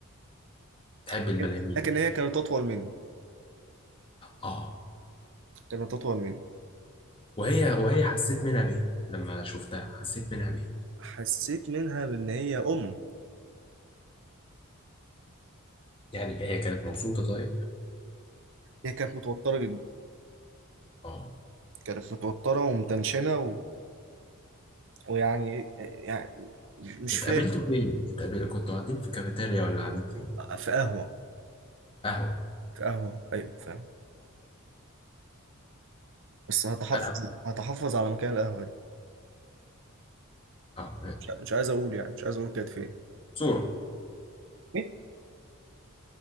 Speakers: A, on the left (about 25°); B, on the right (about 60°).
A: تحب
B: لكن
A: المليانين
B: لكن
A: انت
B: هي كانت اطول مني
A: اه
B: كانت اطول مني
A: وهي وهي حسيت منها بيه لما شفتها حسيت منها بيه
B: فحسيت منها بان هي ام
A: يعني هي كانت مبسوطة طيب
B: هي كانت متوتره جدا
A: اه
B: كانت متوتره ومتنشنه و... ويعني ايه- يعني مش
A: اتقابلتوا
B: فاهم
A: فين؟ اتقابلتوا كنتوا قاعدين في كافيتيريا ولا قاعدين فين؟
B: في قهوه
A: قهوة
B: في قهوه ايوه فاهم بس هتحفظ
A: قهوة
B: هتحفظ على مكان القهوه دي
A: اه
B: مش مش عايز اقول يعني مش عايز اقول كانت فين
A: صورة
B: ايه